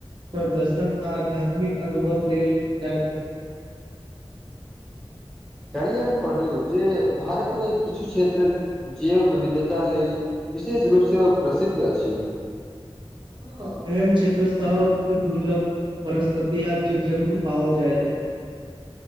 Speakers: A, on the right; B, in the centre.
A: पर दर्शन आ आध्यात्मिक अनुभव लेल जाइत अछि <inaudible>
B: कालहिए हम पढ़लहुँ जे भारतमे किछु क्षेत्र जैव विविधता लेल विशेष रूप से प्रसिद्ध अछि
A: <inaudible> हँ एहेन छै तऽ सबसँ दुर्लभ वनस्पति आ जीव जन्तु पावल जाइत अछि <inaudible>